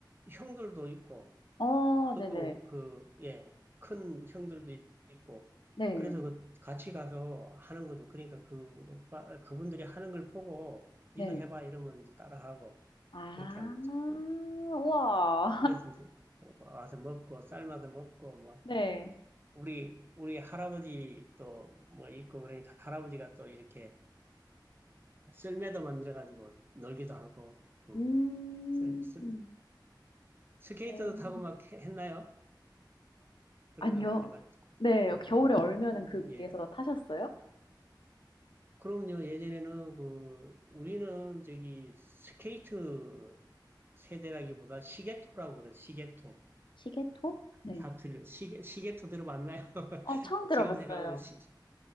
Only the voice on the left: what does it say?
어,
네네.
네,
네.
아,
우와.
네.
음,
어,
아니요.
네, 겨울에 얼면은
그
위에서 타셨어요?
시계토? 네.
어, 처음 들어봤어요.